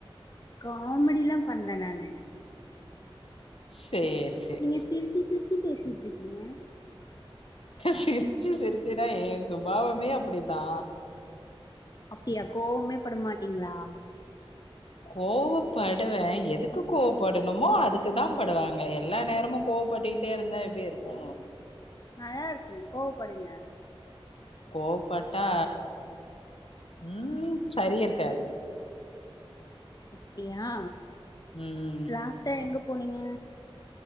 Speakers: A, on the left (about 40°); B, on the left (about 75°).
A: காமெடில்லா பண்வ நானு
B: சேரி சேரி
A: நீங்க சிரிச்சி சிரிச்சி பேசிட்டுஇரு க்கீங்க
B: சிரிச்சு சிரிச்சுனா ஏ சுபாவமே அப்டித்தா
A: அப்டியா கோவமே படமாட்டீங்ளா
B: கோவப்படுவே எதுக்கு கோவப்படணுமோ அதுக்கு தா படுவாங்க எல்லா நேரமு கோவப்பட்டுட்டு ட்டேருந்தா எப்டி இருக்கு
A: நல்லாருக்கு கோவப்படுங்க
B: கோப்பட்டா ம் சரி இருக்காது
A: அப்டியா
B: ம்
A: லாஸ்ட்டா எங்க போனீங்க